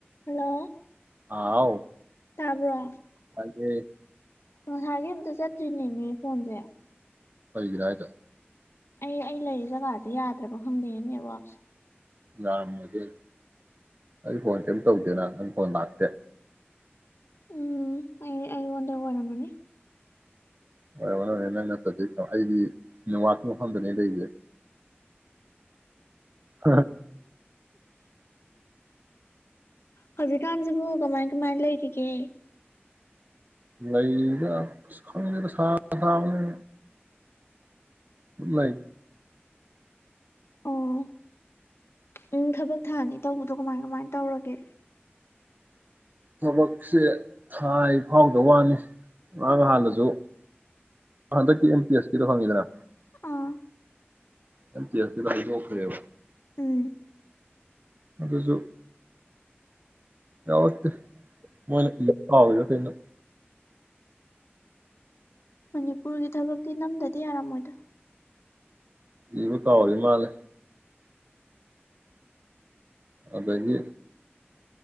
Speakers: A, on the left; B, on the right.
A: hello
B: ꯑꯥ ꯍꯥꯎ
A: ꯇꯥꯕ꯭ꯔꯣ
B: ꯇꯥꯏꯌꯦ
A: ꯉꯁꯥꯏꯒꯤ ꯑꯝꯇ ꯆꯠꯇ꯭ꯔꯤꯅꯦꯃꯤ ꯐꯣꯟꯁꯦ
B: ꯀꯩꯒꯤꯅꯣ ꯍꯥꯏꯖꯦ
A: ꯑꯩ ꯑꯩ ꯂꯩꯔꯤ ꯀꯥꯁꯦ ꯌꯥꯗ꯭ꯔꯕ ꯈꯪꯗꯦ ꯅꯦꯠꯋꯥꯛ <inaudible>
B: ꯌꯥꯔꯝꯃꯗꯤ ꯑꯩ ꯐꯣꯟ ꯀꯩꯏꯝ ꯇꯧꯒꯦꯅ ꯅꯪ ꯐꯣꯟ ꯂꯥꯛꯇꯦ
A: ꯎꯝ ꯑꯩ ꯑꯩ ꯉꯣꯟꯗ ꯑꯣꯏꯔꯝꯒꯅꯤ
B: ꯑꯣꯏ ꯑꯣꯟꯅꯔꯦ ꯅꯪ ꯅꯠꯇꯗꯤ ꯑꯩꯗꯤ ꯅꯦꯠꯋꯥꯛꯀꯤ ꯃꯐꯝꯗꯅꯦ ꯂꯩꯁꯦ ꯍꯥ ꯍꯥ
A: ꯍꯧꯖꯤꯛꯀꯥꯟꯁꯤꯕꯨ ꯀꯃꯥꯏ ꯀꯃꯥꯏ ꯂꯩꯔꯤꯒꯦ
B: ꯂꯩꯔꯤꯗ ꯈꯪꯗꯦꯗ ꯁꯥꯒ ꯁꯥꯕꯅꯦ ꯂꯩ
A: ꯑꯣ ꯎꯝ ꯊꯕꯛ ꯊꯥꯅꯤ ꯇꯧꯕꯗꯣ ꯀꯃꯥꯏ ꯀꯃꯥꯏ ꯇꯧꯔꯒꯦ
B: ꯊꯕꯛꯁꯦ ꯊꯥꯏ ꯐꯥꯎꯗ ꯋꯥꯅꯤ ꯉꯥꯔꯥꯡꯍꯥꯟꯗꯁꯨ ꯍꯟꯗꯛꯀꯤ ꯑꯦꯝ ꯄꯤ ꯑꯦꯁ ꯀꯤꯗꯣ ꯈꯪꯉꯤꯗꯅ
A: ꯑꯥ
B: ꯅꯠꯇꯦ ꯑꯗꯨ ꯍꯩꯗꯣꯛꯈ꯭ꯔꯦꯕ
A: ꯎꯝ
B: ꯑꯗꯨꯁꯨ ꯌꯥꯎꯔꯛꯇꯦ ꯃꯣꯏ ꯏꯕ ꯀꯥꯎꯔꯤꯔꯥꯥ ꯀꯩꯅꯣ
A: ꯃꯅꯤꯄꯨꯔꯒꯤ ꯊꯕꯛꯇꯤ ꯅꯝꯗꯗꯤ ꯌꯥꯔꯝꯃꯣꯏꯗ
B: ꯏꯕ ꯀꯥꯎꯔꯤ ꯃꯥꯜꯂꯦ ꯑꯗꯒꯤ